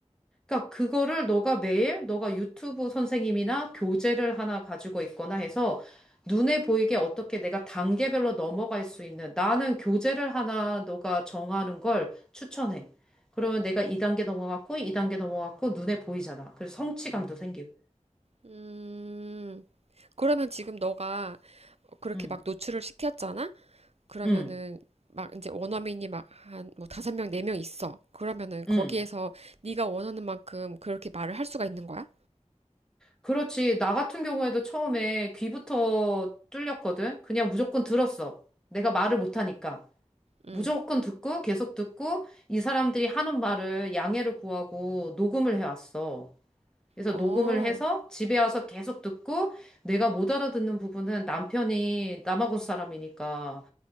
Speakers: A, in the centre; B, on the right.
A: 그러니까 그거를 너가 매일 너가 유튜브 선생님이나 교재를 하나 가지고 있거나 해서 눈에 보이게 어떻게 내가 단계별로 넘어갈 수 있는 나는 교재를 하나 너가 정하는 걸 추천해. 그러면 내가 2단계 넘어갔고 2단계 넘어갔고 눈에 보이잖아. 그래서 성취감도 생기고.
B: 음. 그러면 지금 너가 그렇게
A: 응,
B: 막 노출을 시켰잖아? 그러면은
A: 응,
B: 막 이제 원어민이 막 한 뭐 다섯 명, 네 명 있어. 그러면은 거기에서
A: 응.
B: 네가 원하는 만큼 그렇게 말을 할 수가 있는 거야?
A: 그렇지. 나 같은 경우에도 처음에 귀부터 뚫렸거든. 그냥 무조건 들었어. 내가 말을 못하니까.
B: 응.
A: 무조건 듣고 계속 듣고 이 사람들이 하는 말을 양해를 구하고 녹음을 해왔어. 그래서
B: 어.
A: 녹음을 해서 집에 와서 계속 듣고 내가 못 알아듣는 부분은 남편이 남아공 사람이니까